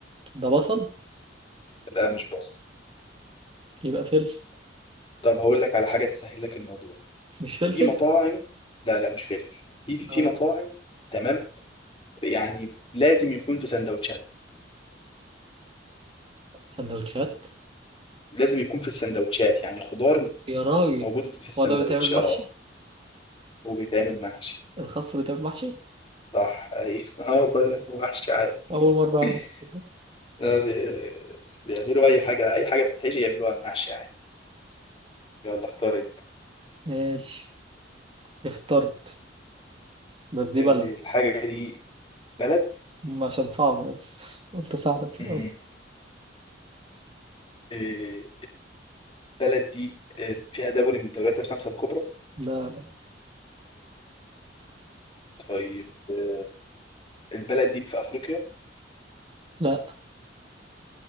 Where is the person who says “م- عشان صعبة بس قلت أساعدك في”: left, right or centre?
Right